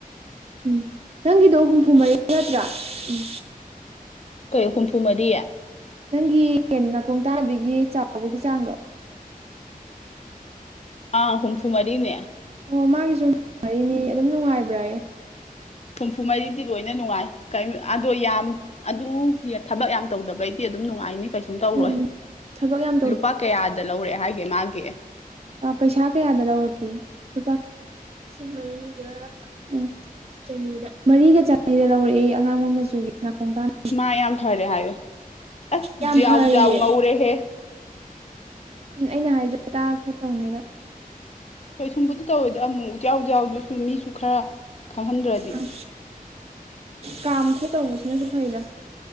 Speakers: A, on the right; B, on the left.
A: ꯎꯝ ꯅꯪꯒꯤꯗꯣ ꯍꯨꯝꯐꯨ ꯃꯔꯤ ꯅꯠꯇ꯭ꯔꯥ ꯎꯝ
B: ꯀꯩ ꯍꯨꯝꯐꯨ ꯃꯔꯤ
A: ꯅꯪꯒꯤ ꯅꯥꯀꯣꯡ ꯇꯥꯟꯅꯕꯤꯒꯤ ꯆꯥꯎꯕꯒꯤ ꯆꯥꯡꯗꯣ
B: ꯑꯥ ꯍꯨꯝꯐꯨ ꯃꯔꯤꯅꯦ
A: ꯑꯣ ꯃꯥꯒꯤꯁꯨ ꯃꯔꯤꯅꯦꯌꯦ ꯑꯗꯨꯝ ꯅꯨꯡꯉꯥꯏꯕ꯭ꯔꯥꯌꯦ
B: ꯍꯨꯝꯐꯨ ꯃꯔꯤꯗꯤ ꯂꯣꯏꯅ ꯅꯨꯡꯉꯥꯏ ꯀꯩꯝ ꯑꯗꯣ ꯌꯥꯝ ꯑꯗꯨ ꯊꯕꯛ ꯌꯥꯝ ꯇꯧꯗꯕꯩꯅꯤ ꯇꯤ ꯑꯗꯨꯝ ꯅꯨꯡꯉꯥꯏꯅꯤ ꯀꯩꯁꯨꯝ ꯇꯧꯔꯣꯏ
A: ꯎꯝ ꯊꯕꯛ ꯌꯥꯝ
B: ꯂꯨꯄꯥ ꯀꯌꯥꯗ ꯂꯧꯔꯛꯑꯦ ꯍꯥꯏꯒꯦ ꯃꯥꯒꯤ
A: ꯑ ꯄꯩꯁꯥ ꯀꯌꯥꯗ ꯂꯧꯔꯛꯀꯦ ꯂꯨꯄꯥ ꯂꯤꯁꯤꯡ ꯃꯔꯤꯒ ꯎꯝ ꯆꯅꯤꯗ ꯃꯔꯤꯒ ꯆꯅꯤꯗ ꯂꯧꯔꯛꯑꯦꯌꯦ ꯑꯉꯥꯡꯕ ꯃꯆꯨꯒꯤ ꯅꯥꯀꯣꯡ ꯇꯥꯅ
B: ꯃꯥ ꯌꯥꯝ ꯐꯔꯦ ꯍꯥꯏꯌꯣ ꯑꯁ
A: ꯌꯥꯝ
B: ꯖ꯭ꯌꯥꯎ
A: ꯐꯔꯤꯌꯦ
B: ꯖ꯭ꯌꯥꯎ ꯉꯧꯔꯦꯍꯦ
A: ꯎꯝ ꯑꯩꯅ ꯍꯥꯏꯖꯦ ꯇꯥꯔꯄꯣ ꯇꯧꯅꯦꯗ
B: ꯀꯩꯁꯨꯝꯕꯨꯗꯤ ꯇꯧꯔꯣꯏꯗ ꯑꯃꯨꯛ ꯃꯨꯛ ꯖ꯭ꯌꯥꯎ ꯖ꯭ꯌꯥꯎꯗꯨꯁꯨ ꯃꯤꯁꯨ ꯈꯔ ꯈꯪꯍꯟꯗ꯭ꯔꯗꯤ
A: ꯑꯝ ꯀꯥꯝ ꯈꯣꯠ ꯇꯧꯕꯁꯤꯅꯁꯨ ꯐꯩꯗ